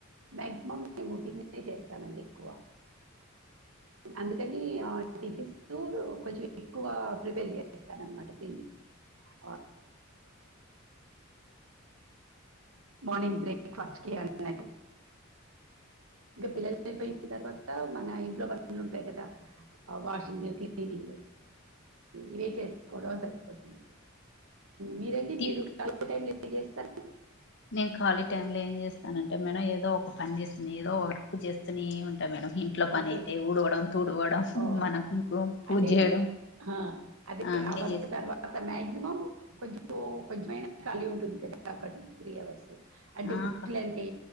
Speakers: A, on the right; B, on the left.
A: మ్యాక్సిమం మేము టిఫినే చేస్తామండి ఎక్కువ అందుకనీ ఆ టిఫిన్సూ కొంచెం ఎక్కువ ప్రిపేర్ చేసేస్తాను అన్నమాట రప్పింది
B: <inaudible>
A: <inaudible> మార్నింగ్ బ్రేక్ఫాస్ట్ కి అన్నట్టు ఇంక పిల్లలు వెళ్ళిపోయిన తర్వాత మన ఇంట్లో పనులు ఉంటాయి కదా వాషింగ్ క్లీనింగ్
B: <inaudible>
A: ఇవే చేసు కోడాం సరిపోతుంది మీరండి
B: టిఫ్
A: మీరు కరెక్ట్ టైమ్ లో ఎన్ని చేస్తారు
B: నేను ఖాళీ టైమ్ లో ఏం చేస్తానంటే మేడం ఏదో ఒక పని చేస్తున్నా ఏదో వర్క్ చేస్తూనే ఉంటా మేడం ఇంట్లో పని
A: ఓకే
B: అయితే ఊడవడం తుడువడం
A: ఓ
B: మనకు పూజ
A: అంటే
B: చేయడం
A: ఆ, అదే
B: అన్నీ
A: ఆ వర్క్
B: చేస్తాను
A: తర్వాత మ మినిమం కొంచెం కొంచెమైనా ఖాళీ ఉంటుంది కదా ఒక టూ త్రీ అవర్స్ అంటే
B: ఆ
A: కుడుకులు
B: అక్క
A: అంటే